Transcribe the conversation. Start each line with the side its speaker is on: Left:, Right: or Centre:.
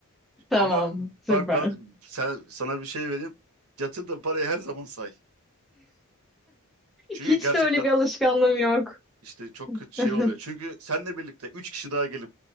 Centre: Tamam.
Right: Ama
Centre: Süper.
Right: bak ben sen, sana bir şey vereyim. Yatırdığın parayı her zaman say. Çünkü
Centre: Hiç
Right: gerçekten
Centre: de öyle bir alışkanlığım yok.
Right: işte çok kötü
Centre: <laughs>
Right: şey oluyor. Çünkü seninle birlikte 3 kişi daha gelip